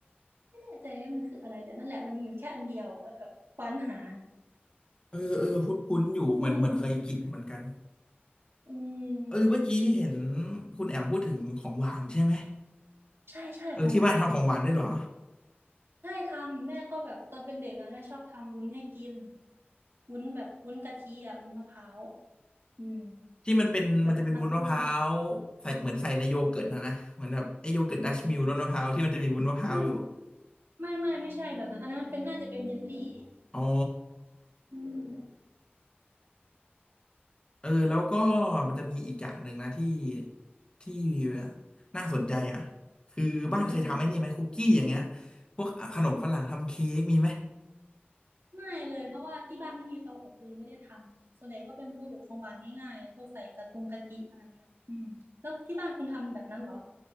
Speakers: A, on the right; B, on the left.
A: ไม่แน่ใจว่ามันคืออะไรแต่นั่นแหละมันมีอยู่แค่อันเดียวอะแล้วแบบควานหา
B: เออเออคุ้นๆอยู่เหมือนเหมือนเคยกินเหมือนกัน
A: อืมอืม
B: เออเมื่อกี้เห็นคุณแอมพูดถึงของหวานใช่ไหม
A: ใช่ใช่ของหวาน
B: เออที่บ้านทำของหวานด้วยเหรอ
A: ใช่ทำแม่ก็แบบตอนเป็นเด็กอะแม่ชอบทำวุ้นให้กินวุ้นแบบวุ้นกะทิอะวุ้นมะพร้าวอืม
B: ที่มันเป็นมันจะเป็นวุ้นมะพร้าวใส่เหมือนใส่ในโยเกิร์ตนะนะเหมือนแบบไอ้โยเกิร์ตดัชมิลรสมะพร้าวที่มันจะมีวุ้นมะพร้าวอยู่
A: แบบทำง่ายไม่ไม่ไม่ไม่ใช่แบบนั้นอันนั้นเป็นน่าจะเป็นเยลลี่
B: อ๋อ
A: อืม
B: เออแล้วก็มันจะมีอีกอย่างหนึ่งนะที่ที่น่าสนใจอ่ะคือบ้านเคยทำไอ้นี่ไหมคุกกี้อย่างเงี้ย
A: อืมอืม
B: พวกขนมฝรั่งทำเค้กมีไหม
A: ไม่เลยเพราะว่าที่บ้านไม่มีเตาอบเลยไม่ได้ทำส่วนใหญ่ก็เป็นพวกแบบของหวานง่ายๆพวกใส่กระทงกะทิอะไรเงี้ยอืมแล้วที่บ้านคุณทำแบบนั้นเหรอ